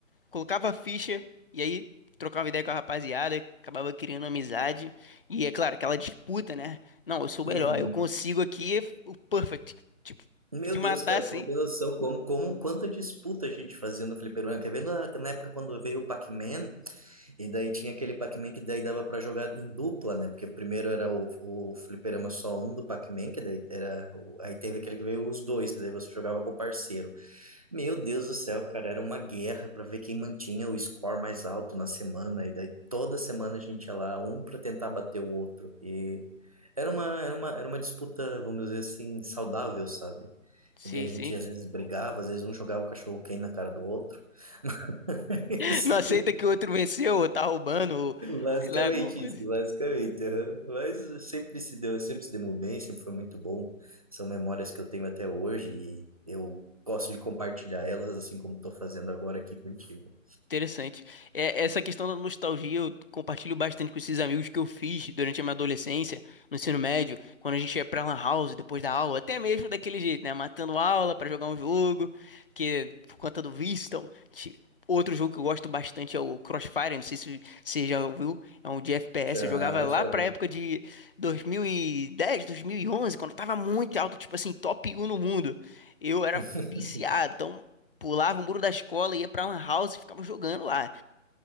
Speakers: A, on the left; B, on the right.
A: colocava a ficha e aí trocava ideia com a rapaziada, acabava criando amizade. E é claro, aquela disputa, né? Não, eu sou
B: Uhum.
A: o melhor, eu consigo aqui o perfect. Tipo,
B: Meu
A: te
B: Deus,
A: matar,
B: cara,
A: sim.
B: tu não tem noção como, como quanta disputa a gente fazia no fliperama. Quer ver na, na época quando veio o Pac-Man, e daí tinha aquele Pac-Man que daí dava pra jogar em dupla, né? Porque primeiro era o, o fliperama só um do Pac-Man, que daí era. o- aí teve aquele que veio os dois, que daí você jogava com o parceiro. Meu Deus do céu, cara, era uma guerra para ver quem mantinha o score mais alto na semana, e daí toda semana a gente ia lá, um para tentar bater o outro. E era uma, era uma, era uma disputa, vamos dizer assim, saudável, sabe?
A: Sim,
B: E daí a gente
A: sim.
B: às vezes brigava, às vezes um jogava o cachorro quente na cara do outro. <laughs>
A: <laughs>
B: Isso,
A: Não aceita que o outro venceu, ou tá roubando, ou
B: Basicamente
A: sei lá, alguma coisa
B: isso, basicamente. aham. Mas sempre se deu, sempre se deu bem, sempre foi muito bom. São memórias que eu tenho até hoje e eu gosto de compartilhar elas, assim como estou fazendo agora aqui contigo.
A: Interessante. É, essa questão da nostalgia eu compartilho bastante com esses amigos que eu fiz durante a minha adolescência, no ensino médio, quando a gente ia pra Lan House depois da aula, até mesmo daquele jeito, né? Matando aula pra jogar um jogo, que por conta do vício. Então, ti- outro jogo que eu gosto bastante é o Crossfire, não sei se você já ouviu, é um de FPS.
B: Já,
A: Eu jogava lá
B: já
A: pra
B: vi.
A: época de 2010, 2011, quando eu tava muito alto, tipo assim, top 1 no mundo. Eu era
B: <laughs>
A: viciado, então pulava o muro da escola, ia pra Lan House e ficava jogando lá.